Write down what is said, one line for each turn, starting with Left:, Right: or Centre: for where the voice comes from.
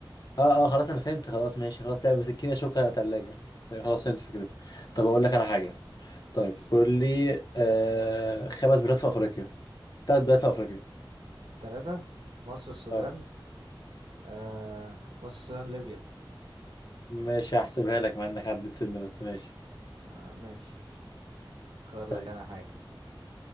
Left: اه اه خلاص انا فهمت خلاص ماشي خلاص لعبه مسكينه شوكه ثلاجه خلاص فهمت فكرتها
Right: ماشي
Left: طب اقول لك انا حاجه طيب
Right: ماشي
Left: قول لي آه خمس بلاد في افريقيا ثلاث بلاد في افريقيا
Right: تلاتة مصر السودان
Left: اه
Right: آه مصر السودان ليبيا
Left: ماشي هحسبها لك مع انك عديت سنه بس ماشي
Right: آه ماشي اختار
Left: طيب
Right: لك انا حاجة